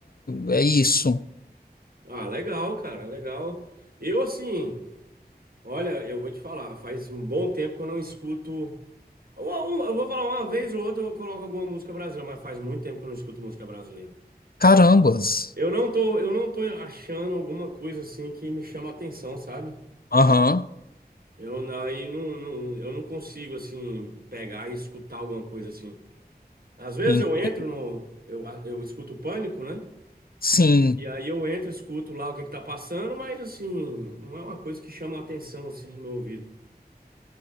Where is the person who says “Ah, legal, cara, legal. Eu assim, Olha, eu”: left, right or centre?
Right